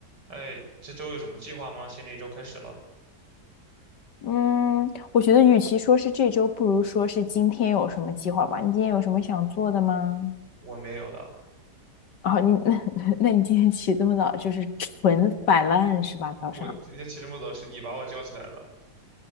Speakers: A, on the right (about 85°); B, on the left (about 80°).
A: 哎，这周有什么计划吗？新的一周开始了，
B: 嗯，我觉得与其说是这周，不如说是今天有什么计划吧。你今天有什么想做的吗？
A: 我没有的。
B: 哦，你 <laughs> 那那你今天起这么早，就是纯摆烂是吧？早上，
A: 我今天起这么早是你把我叫起来的，